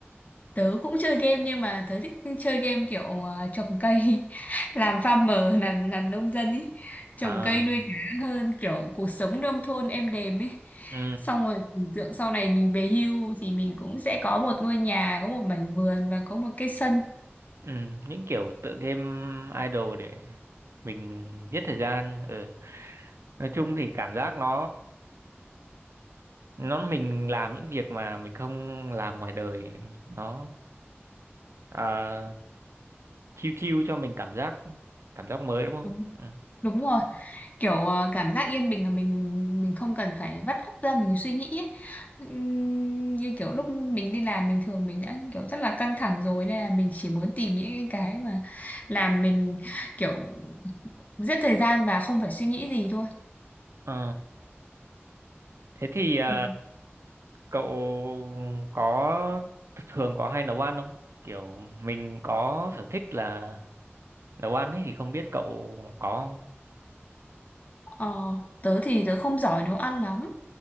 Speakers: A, on the left; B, on the right.
A: Tớ cũng chơi game nhưng mà tớ thích chơi game kiểu ờ, trồng cây, <laughs> làm farmer, làm làm nông dân ý, trồng
B: à
A: cây nuôi cá hơn kiểu cuộc sống nông thôn êm đềm ấy.
B: ừ
A: Xong rồi tưởng tượng sau này mình về hưu thì mình cũng sẽ có một ngôi nhà, có một mảnh vườn và có một cái sân.
B: ừ những kiểu tựa game idol để mình giết thời gian ừ nói chung thì cảm giác nó nó mình làm những việc mà mình không làm ngoài đời nó à, chill chill cho mình cảm giác cảm giác mới đúng không
A: Đúng,
B: ừ.
A: đúng rồi. kiểu ờ, cảm giác yên bình là mình mình không cần phải vắt óc ra mình suy nghĩ ấy. Ừm, như kiểu lúc mình đi làm bình thường mình đã kiểu rất là căng thẳng rồi nên là mình chỉ muốn tìm những cái mà làm mình kiểu giết thời gian và không phải suy nghĩ gì thôi
B: Ờ, thế thì ờ,
A: Ừ.
B: Cậu có thường có hay nấu ăn không? Kiểu mình có sở thích là nấu ăn ấy thì không biết cậu có không?
A: ờ, tớ thì tớ không giỏi nấu ăn lắm